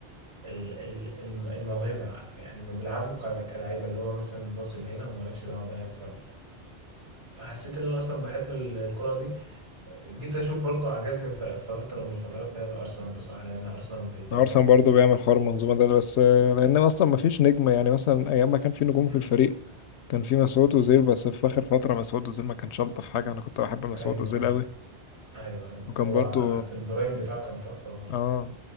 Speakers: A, on the right; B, on the left.
A: ال- ال- الم- الموهبه يعني ما بيلعبوا ك- كلاعيبه اللي هو مثلا باص لهنا ومالكش دعوه ده هيتصرف فحسيت ان انا اصلا بحب ال- الكره دي جيت اشوف برضو عجبني ف- فتره من فترات لعب ارسنال بصراحه لان ارسنال بيطبق
B: ارسنال
A: ال...
B: برضه بيعمل حوار المنظومه ده بس آه، لان اصلا ما فيش نجم يعني مثلا ايام ما كان في نجوم
A: مم.
B: في الفريق كان في مسعود اوزيل بس في اخر فتره مسعود اوزيل ما كانش شلطه في حاجه انا كنت بحب مسعود
A: ايوه
B: اوزيل
A: ايوه
B: قوي
A: ايوه ايوه
B: وكان
A: هو
B: برضه
A: على- في البرايم بتاعه كان تحفه برضه
B: اه